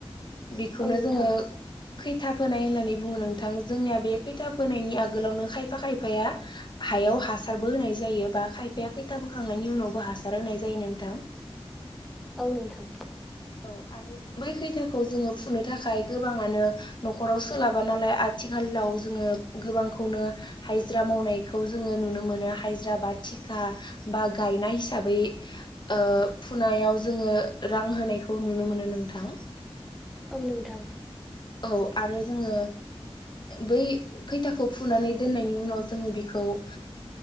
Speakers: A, on the left (about 45°); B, in the centre.
A: बेखौनो
B: औ नोंथां
A: जोङो खैथा फोनाय होननानै बुङो नोंथां जोंनिया बे खैथा फोनायनि आगोलावनो खायफा खायफाया हायाव हासारबो होनाय जायो बा खायफाया खैथा बोखांनायनि उनावबो हासार होनाय जायो नोंथां।
B: औ नोंथां।
A: औ आरो बै खैथाखौ जोङो फुनो थाखाय गोबाङानो न'खराव सोलाबा नालाय आथिखालाव जोङो गोबांखौनो हायज्रा मावनायखौ जोङो नुनो मोनो हायज्रा बा थिखा बा गायनाय हिसाबै ओ फुनायाव जोङो रां होनाय खौ नुनो मोनो नोंथां।
B: औ नोंथां।
A: औ आरो जोङो बै खैथाखौ फुनानै दोननायनि उनाव जोङो बेखौ ओ